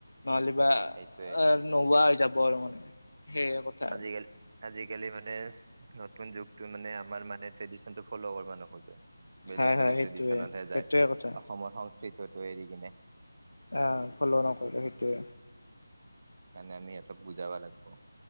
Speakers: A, on the left; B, on the right.
A: নহ'লে বা
B: সেইটোৱে।
A: নোওোৱা হৈ যাব আৰু মানে সেইে কথা
B: আজিকালি
A: আৰু
B: আজিকালি মানে নতুন যুগটো মানে আমাৰ মানে ট্ৰেডিশন টো ফল' নোখোজে বেলেগ
A: হয়
B: বেলেগ
A: হয় সেইটোয়ে
B: ট্ৰেডিশনতহে
A: সেইটোয়ে
B: যায়
A: কথা
B: অসমৰ সংস্কৃতিটো এৰি কিনে
A: আহ ফল নকৰে সেইটোৱে
B: সেইকাৰণে আমি সিহঁতক বুজাব লাগিব